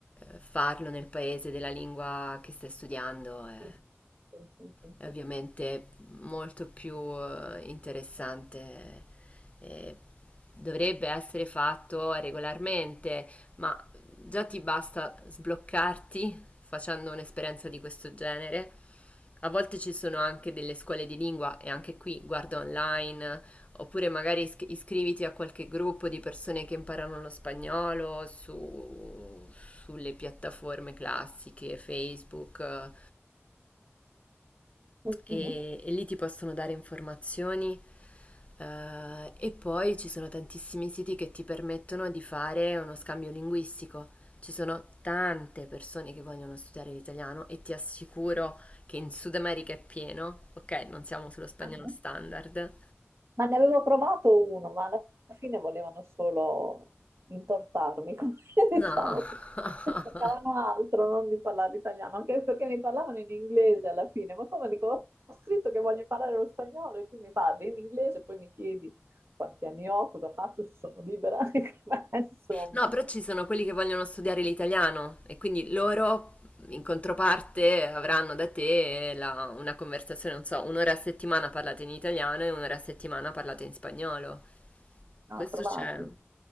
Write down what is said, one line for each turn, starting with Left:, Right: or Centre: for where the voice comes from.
Left: farlo nel paese della lingua che stai studiando è
Right: Sì, sì, sì, sì,
Left: è
Right: sì.
Left: ovviamente molto più eh, interessante. eh, dovrebbe essere fatto regolarmente, ma già ti basta sbloccarti facendo un'esperienza di questo genere. A volte ci sono anche delle scuole di lingua e anche qui guarda online Oppure magari isc- iscriviti a qualche gruppo di persone che imparano lo spagnolo su- sulle piattaforme classiche, Facebook, eh,
Right: Mhm.
Left: e, e lì ti possono dare informazioni. Eh, e poi ci sono tantissimi siti che ti permettono di fare uno scambio linguistico. Ci sono tante persone che vogliono studiare l'italiano e ti assicuro che in Sud America è pieno, ok? Non siamo sullo spagnolo
Right: Mhm.
Left: standard,
Right: Ma ne avevo provato uno, ma alla fine volevano solo intortarmi, <laughs> come diciamo,
Left: No. <laughs>
Right: cercavano altro, non di parlare italiano, anche perché mi parlavano in inglese alla fine, ma come dico, ho scritto che voglio imparare lo spagnolo e tu mi parli in inglese, poi mi chiedi quanti anni ho, cosa faccio, se sono libera, <laughs> Ma insomma.
Left: No, però ci sono quelli che vogliono studiare l'italiano e quindi loro in controparte avranno da te la- una conversazione, non so, un'ora a settimana parlate in italiano e un'ora a settimana parlate in spagnolo.
Right: No,
Left: Questo
Right: trovarli,
Left: c'è.